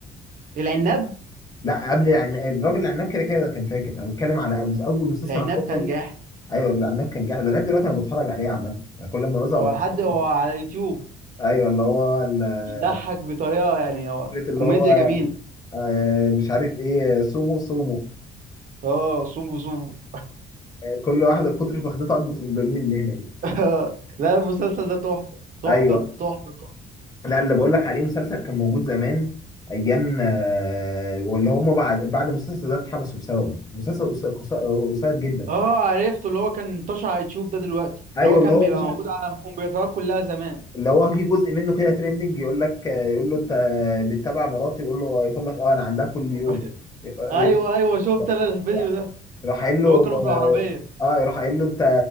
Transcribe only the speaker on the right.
العناب
العناب
كان
جاحد
هو
لحد هو على يوتيوب
يضحك بطريقة يعني هو
كوميديا
جميل
اه صوم صوم
<laughs> لا المسلسل ده تحفة تحفة
تحفة تحفة
اه عرفته اللي هو كان انتشر على يوتيوب ده دلوقتي
اللي هو كان
بيبقى
موجود على الكمبيوترات كلها زمان
<laughs>
ايوه ايوه شفت انا الفيديو
ده
هو كانوا في العربية